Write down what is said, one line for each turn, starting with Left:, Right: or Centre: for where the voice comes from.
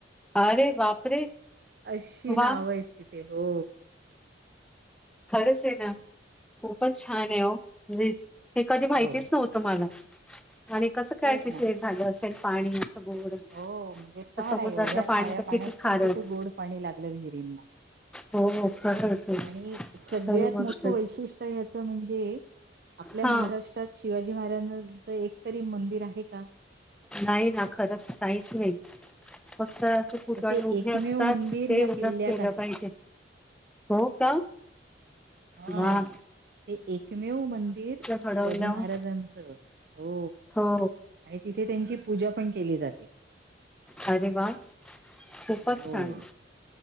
Centre: अरे बापरे.
Right: अशी
Centre: वाह!
Right: नावं आहेत तिथे हो..
Centre: खरंच आहे ना खूपच छान आहे म्हणजे हे कधी माहितीच
Right: हो
Centre: नव्हत मला आणि कस काय
Right: खरंच
Centre: तिथे
Right: ना.
Centre: झालं असेल पाणी गोड?
Right: हो म्हणजे
Centre: तर
Right: पहा
Centre: समुद्रातलं
Right: ना एवढ्या
Centre: पाणी
Right: खाऱ्या
Centre: तर
Right: पाण्यात
Centre: किती खारट.
Right: पण तिथे गोड पाणी लागत विहिरीना
Centre: हो, हो, खरंच आहे.
Right: आणि सगळ्यात
Centre: खरी गोष्ट
Right: मोठ
Centre: आहे.
Right: वैशिष्ट्य. ह्याच म्हणजे आपल्या
Centre: हां.
Right: महाराष्ट्रात शिवाजी महाराजांचं एकतरी मंदिर आहे का?
Centre: नाही ना खरंच काहीच नाही फक्त कुतणे
Right: तर ते
Centre: उभे
Right: एकमेव
Centre: असतात
Right: मंदिर
Centre: ते
Right: या
Centre: उलट
Right: किल्ल्यात
Centre: केलं
Right: आहे.
Centre: पाहिजे हो का
Right: हां.
Centre: हा.
Right: ते एकमेव मंदिर
Centre: घडवलं
Right: शिवाजी महाराजांचं हो
Centre: हो
Right: आणि तिथे त्यांची पूजा पण केली जाते.
Centre: अरे वा खूपच
Right: हो.
Centre: छान.